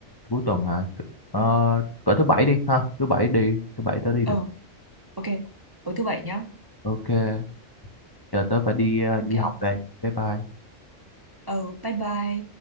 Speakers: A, on the left; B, on the right.
A: cuối tuần hả Ờ, cỡ thứ bảy đi ha thứ bảy đi thứ bảy tớ đi
B: ờ
A: được
B: ok tối thứ bảy nhá
A: ok giờ tớ phải đi à, đi
B: ok
A: học đây bye bye
B: ờ bye bye